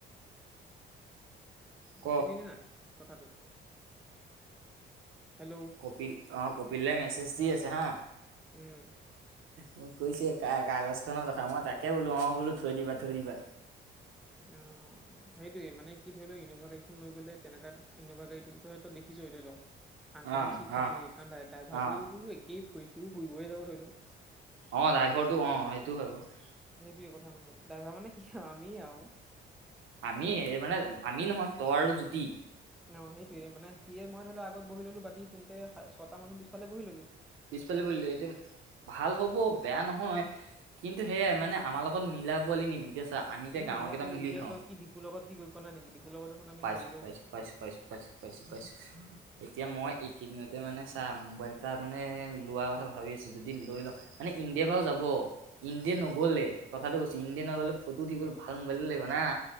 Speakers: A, on the right; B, in the centre.
A: ক
B: বুজিলি নে নাই কথাটো হেল্ল'
A: কপিল অ কপিলে মেছেজ দি আছে হা
B: উম
A: মোক কৈছে কা কাগজ খনৰ কথা মই তাকে বোলো অ বোলো থৈ দিবা থৈ দিবা
B: উম সেইটোৱেই মানে কি ধৰি ল ইনভা গাড়ীখন লৈ গ'লে তেনেকা ইনভা গাড়ীটো তিনি ধৰ দেখিছ ধৰি ল আঠটামান
A: অ
B: চিট থাকে
A: অ
B: কাৰণ ড্ৰাইভাৰটোওতো
A: অ
B: একেই সিও ফুৰিবই যাব ধৰি ল
A: অ ড্ৰাইভাৰটো অ এইটো হয় বাৰু
B: সেইটোয়ে কথা মানে ড্ৰাইভাৰ মানে কি আৰু আমিয়েই আৰু
A: আমিয়ে মানে আমি নহয় তই আৰু জ্যোতি
B: অ সেইটোৱে মানে সিয়ে মই ধৰি ল আগত বহি ললো বাকী তহঁতে ছয়টা মানুহ পিছফালে বহি ললি
A: পিছফালে বহি ললে এতিয়া ভাল হ'ব বেয়া নহয় কিন্তু সেয়াই মানে আমাৰ লগত মিলা পোৱালি নিবি এতিয়া চা আমি এতিয়া
B: এই
A: গাঁৱৰ
B: মিলা
A: কেইটা
B: তই
A: মিলি
B: এতিয়াও
A: থাকো
B: তই কি ডিপুৰ লগত কি গৈ পোৱা নাই নেকি ডিপুৰ লগত দেখোন আমি
A: পাইছো
B: হেৰিলৈও
A: পাইছো
B: গৈছি
A: পাইছো পাইছো পাইছো পাইছো এতিয়া মই এইকেইদিনতে মানে চা মোবাইল এটা মানে লোৱা কথা ভাবি আছো যদি লৈ লও মানে ইন্দে বাও যাব মানে ইন্দে
B: উম
A: নগ'লে কথাটো কৈছ ইণ্ডিয়া নগলে ফটো উঠিবলৈ ভাল মোবাইল লাগিব না